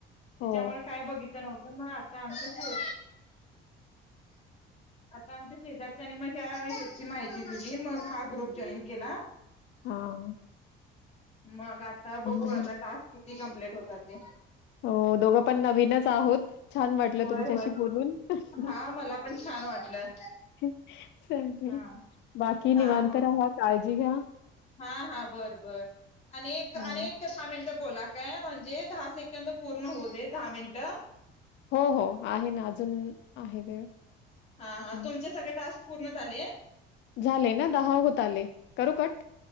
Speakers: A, on the left; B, on the left.
A: त्याच्यामुळे
B: हो.
A: काय बघितलं नव्हतं मग आता आमचं आता आमच्या शेजारच्या आणि मग या ह्याची माहिती मी मग हा ग्रुप जॉईन केला.
B: हो,
A: मग आता बघू,
B: आहे.
A: आता टास्क किती कम्प्लेट होतात ते.
B: हो दोघं पण नवीनच आहोत. छान वाटलं
A: होय
B: तुमच्याशी
A: होय
B: बोलून, अं, हं
A: हा मला पण छान वाटलं
B: हं. चालते,
A: हा
B: बाकी
A: हा
B: निवांत
A: हा
B: राहा काळजी घ्या.
A: हा -हा, बरं -बरं आणि एक आणि
B: हं.
A: एक, आणि एक दहा मिनिटं बोला काय म्हणजे, दहा सेकंड पूर्ण होऊ दे दहा मिनिटं
B: हो- हो आहे ना, अजून आहे वेळ.
A: हा, हा
B: हं.
A: तुमचे सगळे टास्क पूर्ण झाले?
B: झाले ना, दहा होत आले करू कट?